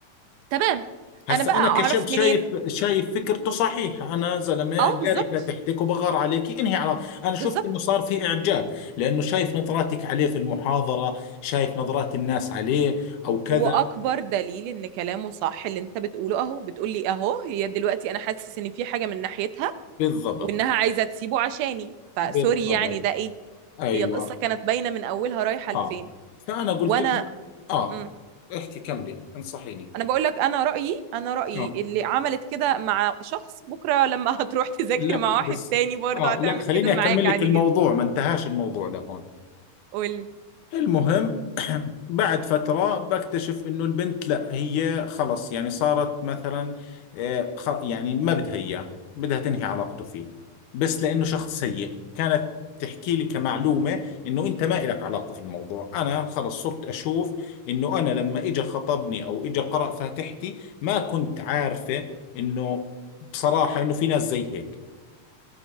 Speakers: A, on the right (about 80°); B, on the left (about 75°).
A: تمام
B: هسا
A: انا بقى
B: انا
A: اعرف
B: كشاب شايف
A: منين
B: شايف فكرته صحيحه انا زلمه
A: اه
B: قاري
A: بالظبط
B: فاتحتك وبغار عليك انهي على انا
A: بالظبط
B: شفت انه صار في اعجاب لانه شايف نظراتك عليه في المحاضره شايف نظرات الناس عليه او كذا
A: واكبر دليل ان كلامه صح اللي انت بتقوله اهو بتقولي اهو هي دلوقتي انا حاسس ان في حاجه من ناحيتها
B: بالضبط
A: وانها عايزه تسيبه عشاني فسوري
B: بالضبط
A: يعني ده ايه
B: ايوه
A: هي القصه كانت باينه من اولها رايحه لفين
B: اه فانا قلت
A: وانا
B: لها اه
A: امم
B: احكي كملي انصحيني
A: انا بقول لك انا رايي انا رايي
B: آه.
A: اللي عملت كده مع شخص بكره لما <laughs> هتروح تذاكر
B: لا
A: مع
B: بس
A: واحد تاني برضه
B: اه
A: هتعمل
B: لا خليني
A: كده معاك
B: اكمل لك
A: عادي
B: الموضوع
A: جدا
B: ما انتهاش الموضوع لهون
A: قول
B: المهم <clears throat> بعد فترة بكتشف انه البنت لا هي خلص يعني صارت مثلا آه، خ- يعني ما بدها اياه بدها تنهي علاقته فيه بس لانه شخص سيء كانت تحكي لي كمعلومة انه انت ما إلك علاقة في الموضوع انا خلص صرت اشوف انه انا لما اجى خطبني او اجى قرأ فاتحتي ما كنت عارفة انه بصراحة انه في ناس زي هيك